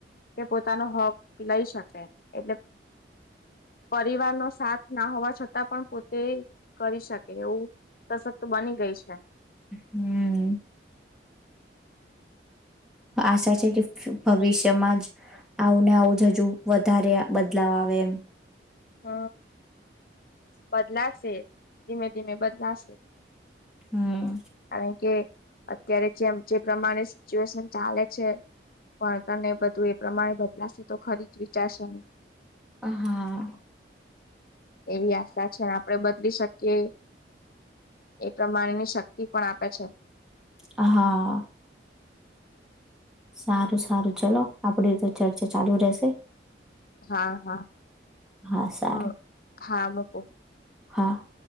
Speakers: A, on the left; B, in the centre.
A: કે પોતાનો હક લઈ શકે એટલે પરિવાર નો સાથ ના હોવા છતાં પણ પોતે કરી શકે એવું સશક્ત બની ગઈ છે
B: હમ્મ. આશા છે કે ભવિષ્યમાં જ આવું ને આવું જ હજુ વધારે બદલાવ આવે એમ
A: હ બદલાશે ધીમે ધીમે બદલાશે.
B: હમ્મ.
A: કારણ કે અત્યારે જેમ જે પ્રમાણે સિચ્યુએશન ચાલે છે, ભણકર ને બધું એ પ્રમાણે બદલાશે તો ખરી જ વિચારશે નહી.
B: હા.
A: એવી આશા છે આપડે બધ લી શકી એ પ્રમાણેની શક્તિ પણ આપે છે.
B: હા. સારું સારું ચલો આપડી તો ચર્ચા ચાલુ રહેશે.
A: હા-હા.
B: હા સારું
A: હા-હા.
B: હા.